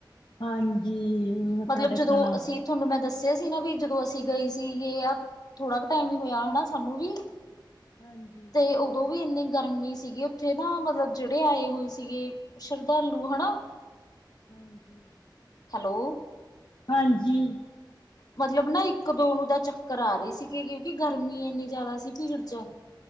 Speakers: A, on the left; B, on the left.
A: ਹਾਂਜੀ। ਮੱਥਾ
B: ਮਤਲਬ
A: ਟੇਕਣਾ
B: ਜਦੋਂ
A: ਔਖਾ
B: ਅਸੀਂ ਤੁਹਾਨੂੰ ਮੈਂ ਦੱਸ ਸੀ ਨਾ ਵੀ ਜਦੋਂ ਅਸੀਂ ਗਏ ਸੀਗੇ ਆ ਥੋੜਾ ਕੁ ਟਾਈਮ ਈ ਹੋਇਆ ਹਨਾਂ ਸਾਨੂੰ ਵੀ।
A: ਹਾਂਜੀ
B: ਤੇ ਉਹ ਉਹ ਵੀ ਇੰਨੀ ਗਰਮੀ ਸੀਗੀ ਉੱਥੇ ਨਾ ਮਤਲਬ ਜਿਹੜੇ ਆਏ ਹੋਏ ਸੀਗੇ ਸ਼ਰਧਾਲੂ ਹਨਾਂ।
A: ਹਾਂਜੀ।
B: ਹੈਲੋ
A: ਹਾਂਜੀ।
B: ਮਤਲਬ ਨਾ ਇੱਕ ਦੋ ਨੂੰ ਦਾ ਚੱਕਰ ਆ ਰੇ ਸੀ ਕਿ ਕਿਉਂਕਿ ਗਰਮੀ ਇੰਨੀ ਜ਼ਿਆਦਾ ਸੀ ਭੀੜ ਚ।